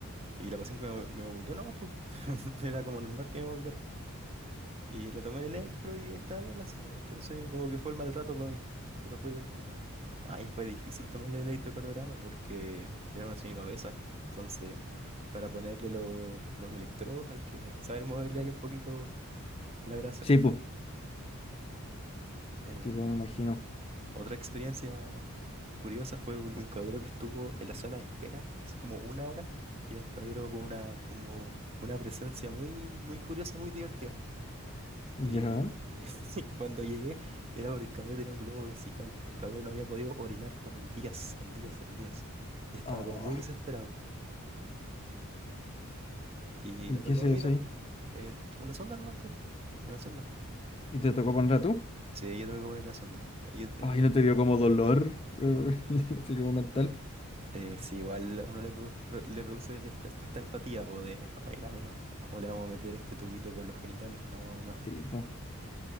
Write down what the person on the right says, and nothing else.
Y la paciente me, me vomitó, no, pues. <laughs> Era como normal que me vomitara. Y le tomé el electro y estaba bien la señora. Entonces, como que fue el mal rato para mí. Pero fue divertido. Ahí fue difícil tomarle el electrocardiograma porque era una señora obesa. Entonces, para ponerle lo- los electrodos hay que saber moverle ahí un poquito la grasa.
Eh,
otra experiencia curiosa fue un, un caballero que estuvo en la sala de espera, así como una hora. Y era un caballero con una, como, una presencia muy, muy curiosa, muy divertida.
Y <laughs> cuando llegué era porque el caballero tenía un globo vesical. El caballero no había podido orinar como en días, en días, en días. Y estaba
como muy desesperado. Y
me
tocó
a mí,
¿no?
Eh, t- una sonda nomás, po. Una sonda.
Sí, yo tuve que poner la sonda. ahí eh,
eh, sí, igual a uno le, produ- pro- le produce esta, esta, esta empatía, po, de, oiga, pero ¿cómo le vamos a meter este tubito por los genitales? No, no, no.